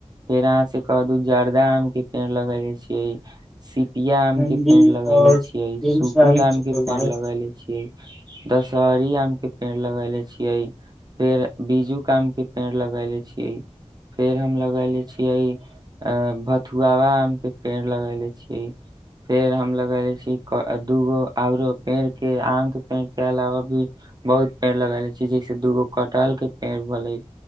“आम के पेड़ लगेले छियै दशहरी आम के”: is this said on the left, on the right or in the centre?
Right